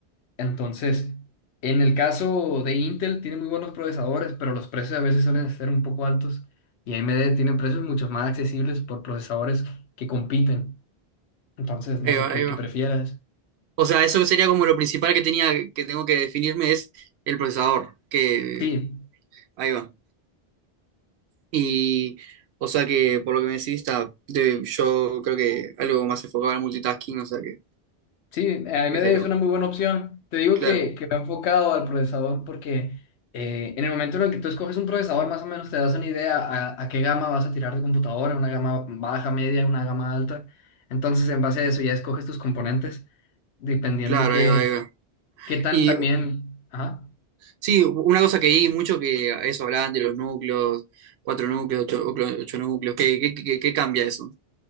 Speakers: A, on the left (about 80°); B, on the right (about 80°).
A: Entonces, en el caso de Intel, tiene muy buenos procesadores, pero los precios a veces suelen ser un poco altos y AMD tiene precios mucho más accesibles por procesadores que compiten. Entonces, no
B: Ahí
A: sé
B: va,
A: qué,
B: ahí
A: qué
B: va.
A: prefieras.
B: O sea, eso sería como lo principal que tenía, que tengo que definirme es el procesador, que
A: Sí.
B: ahí va. Y, o sea que, por lo que me decís, está, de- yo creo que algo más enfocado al multitasking, o sea que
A: Sí, AMD
B: estaría
A: es
B: bueno.
A: una muy buena opción. Te digo
B: Claro,
A: que, que me he enfocado al procesador porque eh, en el momento en el que tú escoges un procesador, más o menos te das una idea a, a qué gama vas a tirar de computadora, una gama baja, media, una gama alta. Entonces, en base a eso ya escoges tus componentes, dependiendo
B: claro,
A: qué,
B: ahí va, ahí va.
A: qué tan
B: Y
A: también... Ajá.
B: sí, una cosa que vi mucho que eso hablaban de los núcleos, cuatro núcleos, ocho, ocho núcleos, ¿qué, qué, qué- qué cambia eso?